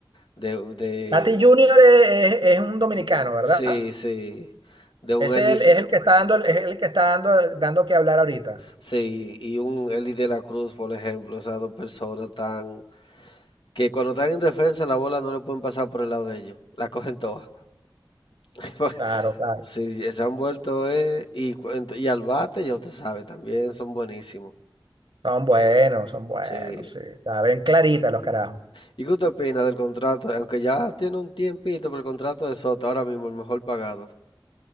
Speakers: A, on the left (about 85°); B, on the right (about 80°).
A: de, de,
B: Tati Junior es, es- es un dominicano, ¿verdad?
A: sí, sí, de un
B: Es
A: Eli,
B: el, es el que está dando, es el que está dando, dando que hablar ahorita.
A: sí, y un Eli de la Cruz, por ejemplo, esas dos personas tan que cuando están en defensa la bola no le pueden pasar por el lado de ellos, la cogen todas. <laughs>
B: Claro, claro.
A: Sí, sí, se han vuelto, eh, y, cu- ent- y al bate, ya usted sabe, también son buenísimos.
B: Son buenos, son buenos,
A: Sí.
B: sí. Está clarita los carajos.
A: ¿Y qué usted opina del contrato? Aunque ya tiene un tiempito, pero el contrato de Soto, ahora mismo el mejor pagado,